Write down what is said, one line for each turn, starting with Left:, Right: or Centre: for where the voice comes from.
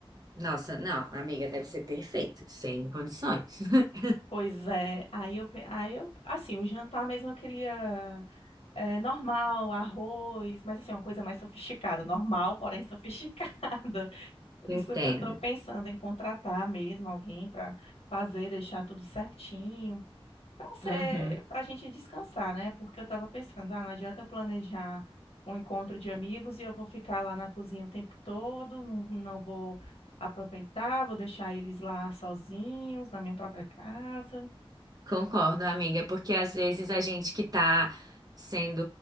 Right: Nossa, não, amiga, deve ser perfeito, sem condições. <laughs>
Left: Pois é, aí eu, pe- aí eu, assim, o jantar mesmo eu queria é, normal, arroz, mas assim, uma coisa mais sofisticada, normal, porém sofisticada. <laughs> Por
Right: Entendo.
Left: isso que eu tô pensando em contratar mesmo alguém para fazer, deixar tudo certinho. Pra ser,
Right: Uhum.
Left: pra gente descansar, né? Porque eu tava pensando, ah, não adianta eu planejar um encontro de amigos e eu vou ficar lá na cozinha o tempo todo, não, não vou aproveitar, vou deixar eles lá sozinhos, na minha própria casa.
Right: Concordo, amiga, é porque às vezes a gente que tá sendo